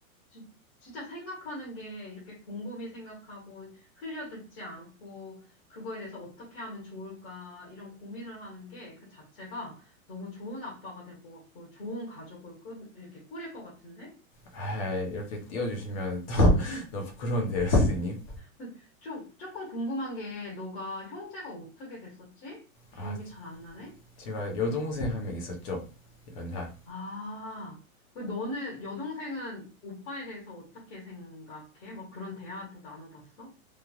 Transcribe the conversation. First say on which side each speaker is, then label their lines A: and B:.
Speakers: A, on the left; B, on the left.
A: 지- 진짜 생각하는 게 이렇게 곰곰이 생각하고 흘려듣지 않고 그거에 대해서 어떻게 하면 좋을까 이런 고민을 하는 게 그 자체가 너무 좋은 아빠가 될 것 같고 좋은 가족을 꾸, 이렇게 꾸릴 것 같은데?
B: 아 이렇게 띄워주시면 또 <laughs> 너무 부끄러운데요, 선생님.
A: 그 좀, 조금 궁금한 게 너가 형제가 어떻게 됐었지? 기억이
B: 아
A: 잘 안 나네?
B: 제가 여동생 한 명 있었죠. 연하.
A: 아, 그 너는 여동생은 오빠에 대해서 어떻게 생각해? 뭐 그런 대화도 나눠봤어?